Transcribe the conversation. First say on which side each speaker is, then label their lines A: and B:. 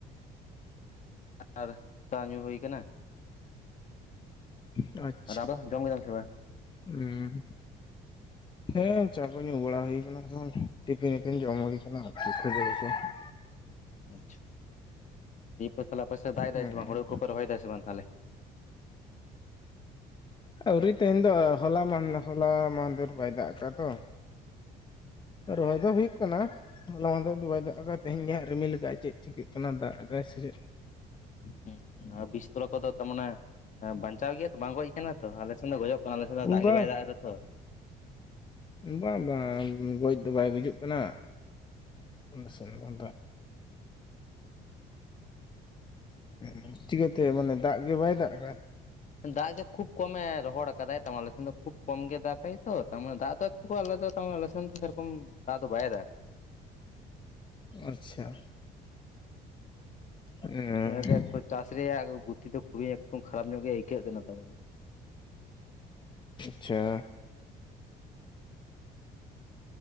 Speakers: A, on the left; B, on the left.
A: ᱟᱨ <unintelligible> ᱪᱟ ᱧᱩ ᱦᱩᱭ ᱠᱟᱱᱟ
B: ᱟᱪᱪᱷᱟ
A: ᱟᱫᱚ ᱡᱚᱢ ᱠᱮᱫᱟᱢ ᱥᱮ ᱵᱟᱝ
B: ᱦᱮᱸ ᱦᱮᱸ ᱪᱟ ᱠᱚ ᱧᱩ ᱵᱟᱲᱟ ᱦᱩᱭ ᱟᱠᱟᱱᱟ ᱴᱤᱯᱷᱤᱱᱤᱯᱤᱱ ᱡᱚᱢ ᱦᱩᱭ ᱟᱠᱟᱱᱟ ᱟᱨ
A: ᱟᱪᱪᱷᱟ ᱫᱤᱭ ᱯᱮ ᱛᱟᱦᱚᱞᱮ ᱟᱯᱮ ᱥᱮᱜ ᱫᱟᱜ ᱮᱫᱟᱭ
B: ᱦᱮᱸ
A: ᱥᱮ ᱵᱟᱝ ᱦᱩᱲᱩ ᱠᱚᱯᱮ ᱨᱚᱦᱚᱭ ᱫᱟ ᱥᱮ ᱵᱟᱝ ᱛᱟᱦᱚᱞᱮ?
B: ᱟᱹᱣᱨᱤ ᱛᱮᱦᱮᱧ ᱫᱚ ᱦᱚᱞᱟ ᱢᱟᱸᱦ ᱦᱚᱞᱟ ᱢᱟᱸᱦᱫᱮᱨ ᱵᱟᱭ ᱫᱟᱜ ᱠᱟᱜ-ᱟ ᱛᱚ᱾ ᱨᱚᱦᱚᱭ ᱫᱚ ᱦᱩᱭᱩᱜ ᱠᱟᱱᱟ᱾ ᱦᱚᱞᱟ ᱢᱟᱸᱦᱫᱮᱨ ᱫᱚ ᱵᱟᱭ ᱫᱟᱜ ᱟᱠᱟᱜ-ᱟ ᱛᱮᱦᱮᱧ ᱜᱮ ᱦᱟᱸᱜ ᱨᱤᱢᱤᱞ ᱠᱟᱜ-ᱟᱭ ᱪᱮᱫ ᱪᱤᱠᱟᱹᱜ ᱠᱟᱱᱟ ᱫᱟᱜ ᱮᱫᱟᱭ ᱥᱮ ᱪᱮᱫ᱾
A: ᱦᱩᱸ ᱦᱮᱸ ᱟᱨ ᱵᱤᱥ ᱛᱚᱞᱟ ᱠᱚᱫᱚ ᱛᱟᱨᱢᱟᱱᱮ ᱮ ᱵᱟᱧᱪᱟᱣ ᱜᱮᱭᱟᱛᱼᱼ ᱵᱟᱝ ᱜᱚᱡ ᱠᱟᱱᱟ ᱛᱚ ᱟᱞᱮ ᱥᱮᱱ ᱫᱚ ᱜᱚᱡᱚᱜ ᱠᱟᱱᱟ ᱟᱞᱮ ᱥᱮᱜ ᱫᱚ ᱫᱟᱜ
B: ᱵᱟᱝ
A: ᱜᱮ ᱵᱟᱭ ᱫᱟᱜ ᱮᱫᱟ ᱛᱚ᱾
B: ᱵᱟᱝ ᱵᱟᱝ ᱜᱚᱡ ᱫᱚ ᱵᱟᱭ ᱜᱩᱡᱩᱜ ᱠᱟᱱᱟ᱾ ᱚᱱᱟ ᱥᱮᱱ ᱫᱚ ᱟᱫᱚᱼᱼ ᱚᱸᱻ ᱪᱤᱠᱟᱹ ᱛᱮ ᱢᱟᱱᱮ ᱫᱟᱜ ᱜᱮ ᱵᱟᱭ ᱫᱟᱜ ᱠᱟᱜ-ᱟᱭ᱾
A: ᱫᱟᱜ ᱜᱮ ᱠᱷᱩᱵ ᱠᱚᱢᱮ ᱨᱚᱦᱚᱲ ᱟᱠᱟᱫᱟᱭ ᱛᱟᱨ ᱢᱟᱱᱮ ᱟᱞᱮ ᱥᱮᱱ ᱫᱚ ᱠᱷᱩᱵ ᱠᱚᱢ ᱜᱮ ᱫᱟᱠᱟᱭ ᱛᱚ ᱛᱟᱨ ᱢᱟᱱᱮ ᱫᱟᱜ ᱫᱚᱭᱼᱼ ᱠᱩ ᱟᱞᱟᱫᱟ ᱛᱟᱨᱢᱟᱱᱮ ᱟᱞᱮ ᱥᱮᱱ ᱫᱚ ᱥᱮᱭ ᱨᱚᱠᱚᱢ ᱫᱟᱜ ᱫᱚ ᱵᱟᱭ ᱫᱟᱠᱟ᱾
B: ᱟᱪᱪᱷᱟ᱾ ᱟᱪᱪᱷᱟ
A: ᱱᱮᱥ ᱫᱚ ᱮᱠᱴᱩ ᱪᱟᱥ ᱨᱮᱭᱟᱜ ᱜᱩᱛᱤ ᱫᱚ ᱠᱷᱩᱵᱤ ᱮᱠ ᱨᱚᱠᱚᱢ ᱠᱷᱟᱨᱟᱯ ᱧᱚᱜ ᱜᱮ ᱟᱹᱭᱠᱟᱹᱜ ᱠᱟᱱᱟ ᱛᱟ ᱢᱟᱱᱮᱼᱼ
B: ᱟᱪᱪᱷᱟ᱾